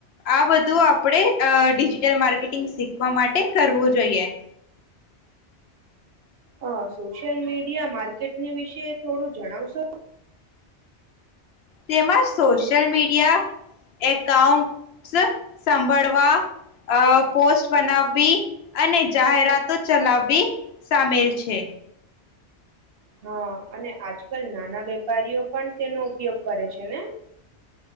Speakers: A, on the left (about 65°); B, on the right (about 65°).
A: આ બધું આપણે અ ડિજિટલ માર્કેટિંગ શીખવા માટે કરવું જોઈએ.
B: આ સોશિયલ મીડિયા માર્કેટની વિશે થોડું જણાવશો.
A: તેમાં સોશિયલ મીડિયા. એકાઉન્ટસ સંભાળવા. અ પોસ્ટ બનાવવી અને જાહેરાતો ચલાવવી સામેલ છે.
B: હા અને આજકાલ નાના વેપારીઓ પણ તેનો ઉપયોગ કરે છે ને